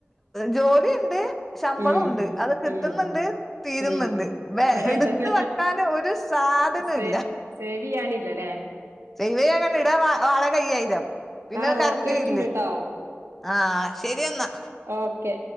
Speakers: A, in the centre; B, on the right (about 80°).
A: ജോലിണ്ട് ശമ്പളു
B: ഉം
A: ണ്ട് അത് കിട്ട്ന്ന്ണ്ട്
B: ഉം
A: തീര്ന്ന്ണ്ട്
B: ഉം
A: വെ എടുത്ത്
B: അതന്നെ.
A: വെക്കാന് ഒരു സാധനം
B: സേ
A: ഇല്ല.
B: സേവ് ചെയ്യാനില്ലല്ലേ?
A: സെയ്‌വ് യ്യ അങ്ങട്ട് ഇടാ വാടക അയ്യായിരം പിന്നെ
B: ആ
A: കറണ്ട്
B: ഓക്കെ ആയിട്ടുണ്ട്
A: ബില്ല്
B: ട്ടോ
A: ആഹ ശെരിന്നാ.
B: ഓക്കെ.